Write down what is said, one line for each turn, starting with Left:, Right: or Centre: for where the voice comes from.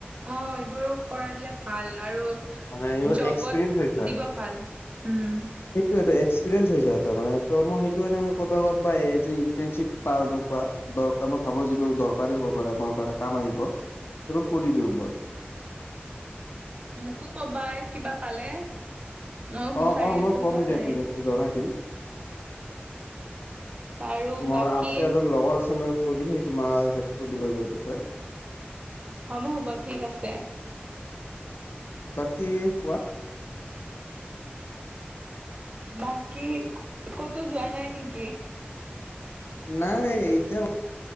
Right: অ', এইবোৰ কৰালে। ভাল আৰু
Left: মানে এইবোৰ
Right: জবত
Left: এক্সপিৰিয়েঞ্চ হৈ
Right: দিব ভাল উম',
Left: অ', এটা এক্সপিৰিয়েন্স হয় যাই তাৰমানে তই মই সেইটোৰ কাৰণে ক'ৰবাত ক'ৰবাত এ যে ইণ্টাৰ্নশ্বিপ পাই ন এনেকুৱা, দৰকাৰ, মই ভাবোঁ যিটো দৰকাৰী হ'ব পাৰে মোৰ কাৰণে কাম আহিব সেইবোৰ কৰি দিওঁ মই',
Right: মোকো কবাই কিবা পালে? মইও
Left: অ',
Right: বিচাৰি
Left: অ', মই
Right: আছোঁ
Left: ক'ম
Right: পোৱা
Left: দিয়া
Right: নাই,
Left: ঠিক আছে জনাই দিম।
Right: বাৰু
Left: মোৰ
Right: বাকী
Left: আছে, এজন লগৰ আছে মোৰ কৈ দিম হে তোমাক, হেল্প কৰি দিব এইবোৰ বিষয়ে,
Right: হ'ব হ'ব ঠিক আছে',
Left: বাকী কোৱা?
Right: বাকী ক'তো যোৱা নাই নেকি?
Left: নাই, এতিয়া